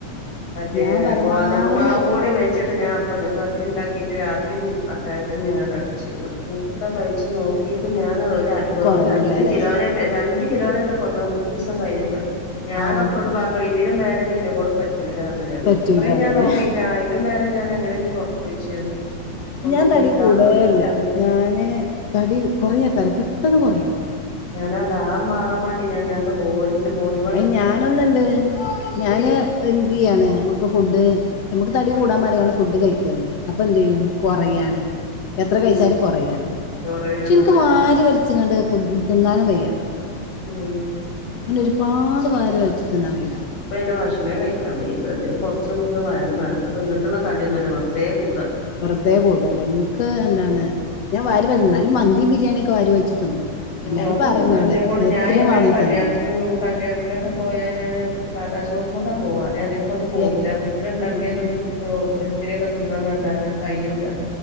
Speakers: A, on the left; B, on the left.
A: മറ്റേ
B: ഞാൻ പരമാവധി
A: ഗോതമ്പ്മാവു കൂടെ വെ വച്ചിട്ട് ഞാൻ അപ്പ പത്തിരി ഉണ്ടാക്കിട്ട് രാത്രിയും അത്താഴത്തിനും ഞാൻ അതാ കഴിച്ചിരുന്നത് കഴച്ച് നോക്കിയിട്ടും ഞാന് ഒരു വെറുംരണ്ട്
B: കൊറയണില്ല അല്ലെ
A: കിലോന രണ്ട് കിലോനറ്റ കുറഞ്ഞ മുപ്പത് ദിവസം കഴിച്ച ച്ചിട്ട്ഞാൻ
B: ഔ
A: ഡോക്ടറോട് പറഞ്ഞു ഇ ഇതിനും മേലെ തനി എന്നേ കൊണ്ട് പറ്റൂല്ല ന്ന് പറഞ്ഞുഞാന്
B: പറ്റൂലാന്ന്ല്ലേ
A: അത്രയും ഞാൻ നോക്കീട്ട് ആതിനും മേലെ ഞാൻഎങ്ങനെ ഇനി കൊറക്കും ചോയിച്ചു ഞാന് ഒന്നും
B: ഞാൻ തടി
A: കഴിക്കാതെ
B: കൂടല്ല
A: നിന്നിട്ട് അങ്ങനെയാണെങ്കിൽ
B: ഞാന് തടി കൊറയാക്കറ പെട്ടെന്ന് കുറയും
A: ഞാന ദാഹംമാറാൻ വേണ്ടി ഞാൻത്തെ മോരില് മോരില്
B: അയി ഞാനൊന്ന ഇണ്ട് ഞാന് എന്ത് ചെയ്യാണ് നമ്മുക്ക് ഫുഡ് നമുക്ക് തടി കൂടാൻ വേണമെങ്കള് ഫുഡ് കഴിക്കല്ലേ അപ്പൊ എന്ത് ചെയ്യും കൊറയയാണ് എത്ര
A: ഉം
B: കഴിച്ചാലും കൊറയയാണ്
A: കൊറേയാണ്
B: പക്ഷെ എനക്ക് വാരി വലിച്ചങ്ങ് ഫുഡ്‌ തിന്നാനും വയ്യ
A: ഉം
B: അങ്ങനെ ഒരുപാട് വാരിവലിച്ച് തിന്നാൻ കഴിയൂല.
A: ഇനി ഭക്ഷണേ കഴിക്കാൻ കഴിയേല എന്തേലും കൊറച്ച് <unintelligible> വയറ് നറഞ്ഞ്ട്ട് തിന്നിട്ടുള്ള തടിയൊന്നല്ല വെറുതെ കൂടാ.
B: വെറുതെ കൂടല്ലേ എനിക്ക് എന്താണ് ഞാൻ വാരി വലി എന്നാലും മന്തി ബിരിയാണിക്ക വാരി വലിച്ച് തിന്നും.
A: ഉം
B: എല്ലാരും
A: അതൊന്നും
B: പറയും എന്നോട്
A: <unintelligible>
B: എത്രയും
A: ഞാൻ എവിടെേലും
B: വേണേ
A: കല്യാണ
B: തിന്നാന്ന്
A: ഉം കല്യാണിത്തിനൊക്ക പോയാനാണ് സാദാ ചോറുമൊക്കാ പോവാ ഞാൻധികമൊക്ക ഒന്നും പോകൂല്ല
B: എ
A: വീട്ടില് ഇണ്ടാക്കിയാലും
B: ഉം
A: ഒ ഒരിത്തിരിയേക്ക <unintelligible> കഴിയൂല.